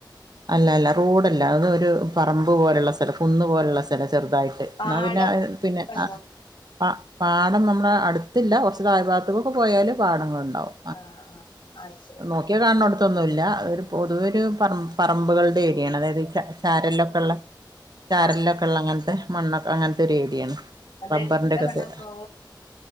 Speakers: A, on the right; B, on the left.
A: അല്ല അല്ല റോഡല്ല അതൊ ഒരു പറമ്പ് പോലള്ള സ്ഥലം കുന്ന് പോലള്ള സ്ഥ സ്ഥല ചെറുതായിട്ട് എന്നാ
B: ആട
A: പിന്നെ പിന്നെ
B: ഉണ്ടോ
A: ആ പാഠം നമ്മുടെ അടുത്തില്ല കുറച്ച് താഴ് ഭാത്തക്കൊക്കെ പോയാല് പാടങ്ങള്ണ്ടാവും
B: ആഹ് ആഹ് അത് ശരി
A: നോക്ക്യാ
B: ആഹ്
A: കാൺണോട്ത്തൊന്നുല്ല ഒരു പൊതുവെ ഒരു പറ പറമ്പുകളുടെ ഏരിയാണ് അതായത് ചാരല്ല ള്ള ചാരലൊക്കെ
B: ആഹ്
A: ഉള്ള അങ്ങനത്തെ മണ്ണൊക്കെ അങ്ങനത്തെ ഒരു ഏര്യയാണ്
B: നന്നായിട്ട്
A: റബ്ബറിന്റെ
B: ഫുഡൊക്കെ
A: ഒക്കെ
B: ഉണ്ടാക്കോ
A: സ
B: ഇങ്ങള്